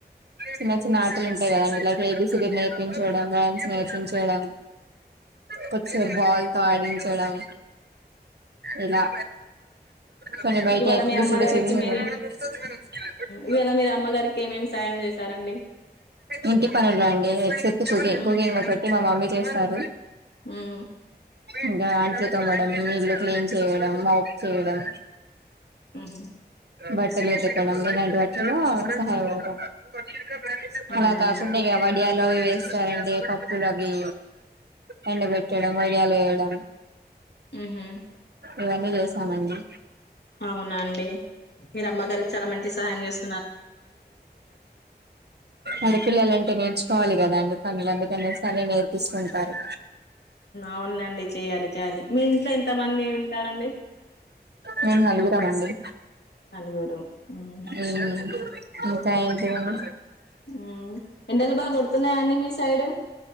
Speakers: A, on the right (about 70°); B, on the left (about 75°).
A: చిన్న చిన్న ఆటలు ఉంటాయి కదండి like A B C D లు నేర్పించడం రైమ్స్ నేర్పించడం పచ్చే బాల తోడించడం ఇలా కొంచం బయట
B: ఇవాళ
A: <unintelligible>
B: మీ అమ్మగారికి మీరు
A: బ
B: ఇవాళ మీరు అమ్మగారికి ఏమేమి సాయం చేశారండి
A: ఇంటి పని ఉందా అండి ఎత్తి
B: హ్మ్.
A: ప <unintelligible> మా మమ్మీ చేస్తారు
B: హ్మ్
A: ఇంకా అంట్లుతోమడం ఇల్లు క్లీన్ చేయడం మాబ్ చేయడం
B: ఊహూ
A: బట్టలు ఉతకడం ఇలాంటివ <unintelligible>
B: అవునా
A: అలా కాకుండ
B: అండి
A: ఎవడియాల్ లు అవి వేస్తారండి పప్పులు అవి ఎండ బెట్టడం వడియాలు వేయడం
B: ఊహూ
A: ఇవన్నీ చేశామండి
B: అవునా అండి మీరు అమ్మగారికి చాలా మంచి సహాయం చేస్
A: ఆడపిల్లలంటే నేర్చుకోవాలి కదా అండి పని వాళ్ళు అందుకనేసి అని నేర్పిస్తుంటారు.
B: అవునండి చేయాలి చేయాలి మీ ఇంట్లో ఎంత మంది ఉంటారండి
A: మేము నలుగురం అండి
B: నలుగురు హ్మ్
A: హ్మ్ ఇంకా ఏంటి అండి
B: మ్మ్ ఎండలు బాగా కొడుతున్నాయండి మీ సైడ్